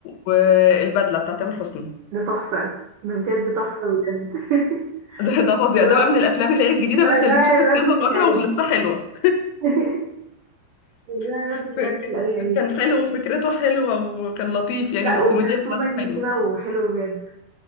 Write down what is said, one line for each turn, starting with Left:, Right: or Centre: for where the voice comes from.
Left: والبدله بتاع تامر حسني
Right: ده تحفة ده بجد تحفة بجد <laughs>
Left: <laughs> ده ده فظيع
Right: اللي
Left: ده
Right: هو
Left: بقى من الافلام اللي هي الجديده بس
Right: الرائع
Left: اللي اتشافت
Right: الرسم
Left: كذا
Right: للعيد
Left: مره ولسه حلوه
Right: <laughs> الرائع الرسم
Left: <laughs>
Right: بجد لأي عيد
Left: كان حلو وفكرته حلوه وكان لطيف يعني
Right: لا
Left: والكوميديا
Right: وكان
Left: بتاعته
Right: كوميدي
Left: حلوه
Right: كده وحلو بجد